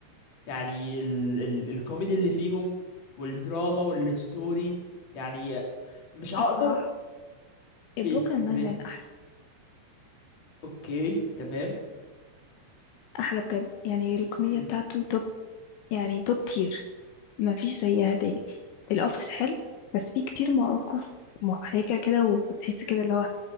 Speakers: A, on the left; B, on the left.
A: يعني ال ال الكوميدي اللي فيهم والدراما والستوري يعني مش هقدر
B: الصراحه بروكلين
A: ايه قلت له
B: ناين
A: ليه
B: ناين احلى
A: اوكي تمام
B: احلى بجد يعني الكوميديا
A: مم.
B: بتاعته توب يعني توب تير ما فيش زيها تاني الاوفيس حلو بس فيه كتير مواقف محرجه كده وبتحس كده اللي هو